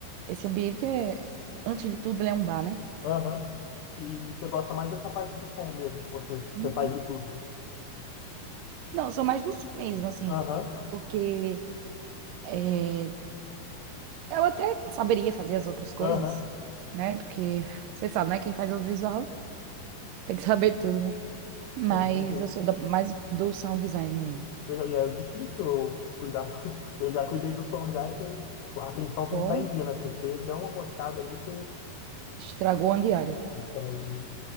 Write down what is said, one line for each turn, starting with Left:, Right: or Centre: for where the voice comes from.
Right: Esse ambiente é, antes de tudo, ele é um bar, né?
Left: aham. E, e você gosta mais dessa parte de som mesmo, ou você,
Right: Uhum.
Left: você faz de tudo?
Right: Não, eu sou mais do sul mesmo, assim,
Left: Aham,
Right: porque é, eu até saberia fazer as outras coisas,
Left: aham.
Right: né? Porque você sabe, né? Quem faz audiovisual tem que <laughs> saber tudo, né? Mas
Left: É, não tem jeito.
Right: eu sou da- mais do sound design mesmo.
Left: E é difícil eu cuidar. do- <laughs> Eu já cuidei do som já e tem... a atenção tem
Right: Pô,
Left: que estar em dia, né? Porque você dá uma moscada ali, você.
Right: estragou a diária.
Left: É, e